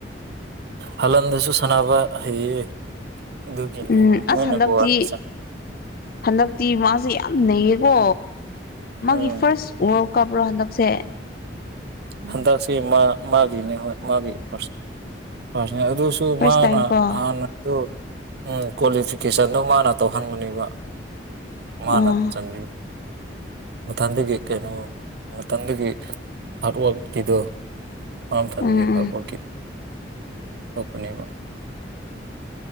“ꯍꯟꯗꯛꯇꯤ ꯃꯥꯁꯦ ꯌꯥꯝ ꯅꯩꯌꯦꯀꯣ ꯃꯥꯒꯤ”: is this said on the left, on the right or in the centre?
Left